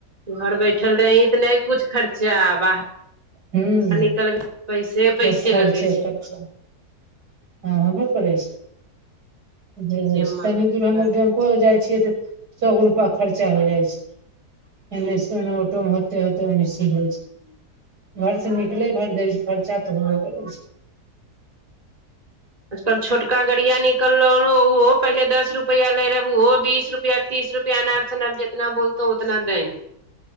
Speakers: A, on the right (about 25°); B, on the right (about 85°).
A: घर बैठल रहीं तऽ नहि कुछ खर्चा आ बाहर
B: हूँ
A: निकलब पैसे
B: बस
A: पैसे
B: खर्चे
A: लगै छै
B: खर्चा हँ होयबे करै छै हँ
A: चीजे
B: तनी दूर हमर
A: तब
B: बैंको जाइ छियै तऽ सगो रुपा खर्चा हो जाइ छै एनेस ओटो होते होते ओनेसे होइ छै घर से निकलै भरि देरी छै खर्चा तऽ होयबे करै छै
A: आजकल छोटका गड़िया निकलौ हन ओहो पहिले दस रुपआ ले रहे ओहो बीस रुपआ तीस रुपआ अनाप सनाप जितना बोलतौ उतना देंगे